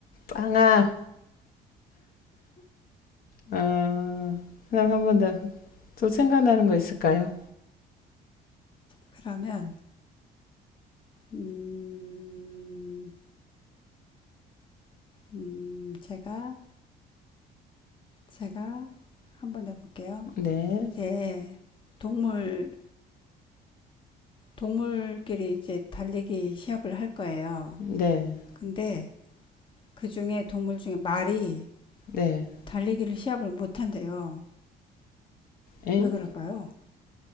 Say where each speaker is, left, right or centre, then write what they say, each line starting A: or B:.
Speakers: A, on the left; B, on the left.
A: 빵아. 어, 그 다음 한 번 더. 또 생각나는 거 있을까요?
B: 그러면 음, 음, 제가 제가 한번 해볼게요.
A: 네.
B: 이제 동물 동물끼리 이제 달리기 시합을 할 거예요.
A: 네.
B: 근데 그 중에 동물 중에 말이
A: 네.
B: 달리기를 시합을 못 한대요.
A: 엥?
B: 왜 그럴까요?